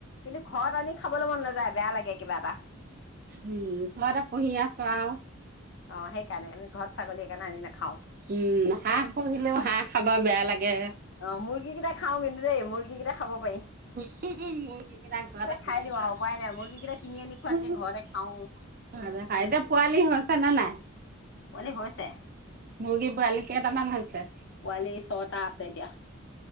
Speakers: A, on the left (about 65°); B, on the right (about 45°).
A: কিন্তু ঘৰত আনি খাবলৈ মন নাযায়। বেয়া লাগে কিবা এটা
B: উম, কিবাকে পুহি আছো আও
A: অ' সেইকাৰণে আমি ঘৰত ছাগলী সেইকাৰণে আনি নাখাও।
B: উম হাঁহ পুহিলেও হাঁহ খাব বেয়া লাগে।
A: অ' মুৰ্গী কেইটা খাও, কিন্তু দেই মুৰ্গী কেইটা খাব পাৰি।
B: উহ হো মুৰ্গী কেইটা ঘৰতে পুহি
A: খাই দিওঁ
B: খোৱা,
A: আৰু উপায় নাই
B: সিহঁতে
A: মুৰ্গী কেইটা কিনি আনি খোৱাতকে ঘৰতে খাওঁ
B: খাই, এতিয়া পোৱালি হৈছে নে নাই?
A: পোৱালি হৈছে।
B: মুৰ্গি পোৱালি কেইটামান হৈছে?
A: পোৱালি ছটা আছে এতিয়া।